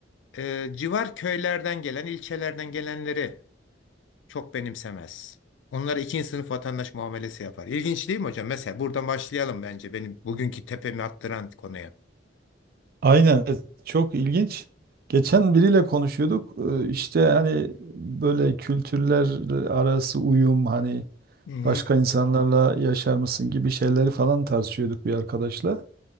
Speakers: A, on the left (about 80°); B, on the right (about 55°).
A: E, civar köylerden gelen, ilçelerden gelenleri çok benimsemez. Onlara ikinci sınıf vatandaş muamelesi yapar. İlginç değil mi hocam? Mesela buradan başlayalım bence benim bugünkü tepemi attıran konuya.
B: Aynen evet, çok ilginç. Geçen biriyle konuşuyorduk. E, işte hani böyle kültürler arası uyum hani
A: Hı hı.
B: başka insanlarla yaşar mısın gibi şeyleri falan tartışıyorduk bir arkadaşla.